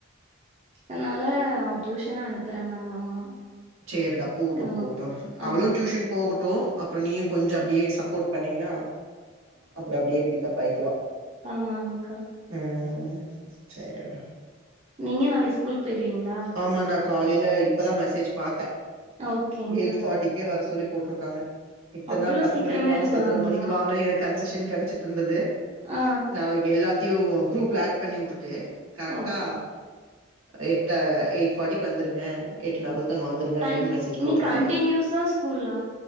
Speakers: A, on the right (about 30°); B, on the right (about 75°).
A: அதனால அவ டியூஷனா அனுப்புறன் நாங்க அம்மா
B: சேரிடா போவட்டும்
A: ஆ
B: போவட்டு
A: அதா
B: அவ்ளு டியூஷன் போகட்டும் அப்புறோ நீயு கொஞ்ச அப்டியே சப்போட் பண்ணீனா அப்புற அப்டியே பிக்கப் ஆயிக்குவா
A: ஆமாங்கா
B: ம் செரிடா
A: நீங்க நாளைக் ஸ்கூல் போயிருவீங்ளா
B: ஆமாண்டா காலைல இப்பதா மெசேஜ் பாத்தே
A: ஓகேங்க்கா
B: எயிட் ஃபாட்டி க்கே வர சொல்லி போட்ருக்காங்க இத்தன்
A: அவ்ளோ
B: நாள் பத்து
A: சீக்கிரமே
B: மணிக்கு வாங்க
A: வச்சிருவாங்களா
B: பதினோரு மணிக்கு வாங்கனு எனக்கு கன்செஷன் கெடச்சிட்ருந்தது
A: ஆ
B: நாளைக்கி எல்லாத்தியு குரூப்ல ஆட் பண்ணி உட்டுட்டு கரெக்டா
A: ஓகே
B: எ ட எயிட் ஃபாட்டிக்கு வந்துருங்க எ எட்டு நாப்பதுக்கு அங்க வந்துருங்க
A: கண்
B: அப்டின்னு மெசேஜ்
A: நீ
B: போட்டுர்க்காங்க
A: கண்டினியூஸா ஸ்கூலா